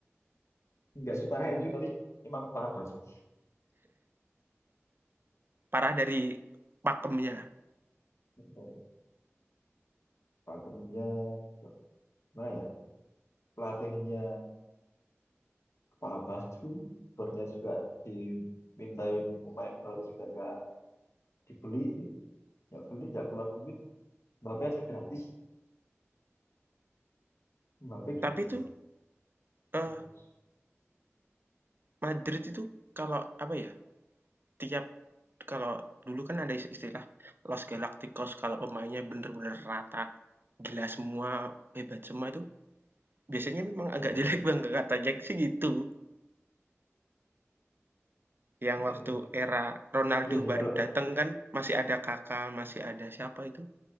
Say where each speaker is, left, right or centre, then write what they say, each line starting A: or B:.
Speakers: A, on the left; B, on the right.
A: nggak separah MU tapi emang parah banget sih
B: Parah dari pakemnya
A: Nggak tahu, pakemnya nggak- gimana ya pelatihnya kepala baju barunya juga dimintain pemain baru juga nggak dibeliin nggak beli nggak keluar duit Mbappe aja gratis Mbappe gratis
B: Tapi itu, eee,
A: terus
B: Madrid itu kalau apa ya, tiap kalau dulu kan ada istilah Los Galacticos kalau pemainnya bener-bener rata, gila semua, hebat semua itu biasanya memang
A: hmm.
B: agak jelek Bang, katanya sih gitu. Yang
A: <laughs>
B: waktu era Ronaldo
A: iya sih
B: baru
A: kalau
B: datang kan masih ada kakak masih ada siapa itu,